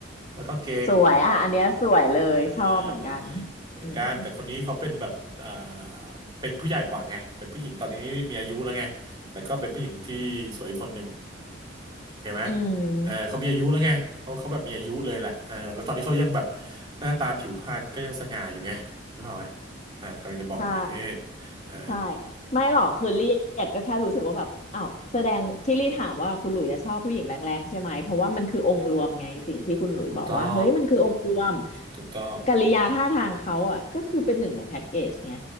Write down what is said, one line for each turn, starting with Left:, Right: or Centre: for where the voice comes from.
Right: แล้วก็เก่ง
Left: สวยอ่ะอันเนี้ยสวยเลยชอบเหมือนกัน
Right: เออเหมือนกันแต่คนนี้เขาเป็นแบบอ่า
Left: อืม
Right: เป็นผู้ใหญ่กว่าไงเป็นผู้หญิงตอนนี้มีอายุแล้วไงแต่ก็เป็นผู้หญิงที่สวยคนหนึ่ง เข้าไหม
Left: อืม
Right: เออเขามีอายุแล้วไงเขาเขาแบบมีอายุเลยแหละเออแล้วตอนนี้เขายังแบบหน้าตาผิวพรรณก็ยังสง่าอยู่ไงรู้ไหมอ่ากำลังจะบอกอย่างงี้
Left: ใช่
Right: เออ
Left: ใช่ไม่หรอกคือลี่ยกก็แค่รู้สึกว่าแบบอ้าวแสดงที่ลี่ถามว่าคุณหลุยอะชอบผู้หญิงแรงๆใช่ไหมเพราะว่ามันคือองค์รวมไงสิ่งที่คุณหลุยบอกว่าเฮ้ยมันคือองค์รวม
Right: ถูกต้องถูกต้อง
Left: กิริยาท่าทางเขาอ่ะก็คือเป็นหนึ่งในแพ็กเกจไง